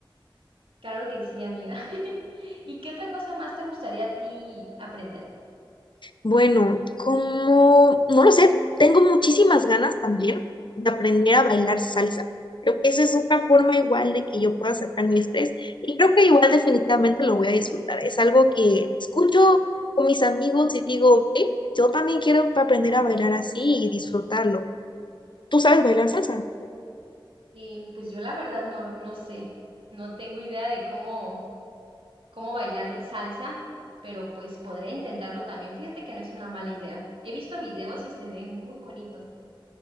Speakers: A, on the right; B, on the left.
A: Claro que sí, amiga. <laughs> ¿Y qué otra cosa más te gustaría a ti aprender?
B: Bueno, como, no lo sé, tengo muchísimas ganas también de aprender a bailar salsa. Creo que esa es otra forma igual de que yo pueda sacar mi estrés y creo que igual definitivamente lo voy a disfrutar. Es algo que escucho con mis amigos y digo, "Ey, yo también quiero aprender a bailar así y disfrutarlo. ¿Tú sabes bailar salsa?
A: Eh, pues yo la verdad no, no sé, no tengo idea de cómo, cómo bailar salsa, pero pues podría intentarlo también. Fíjate que no es una mala idea. He visto videos y se ve muy bonito.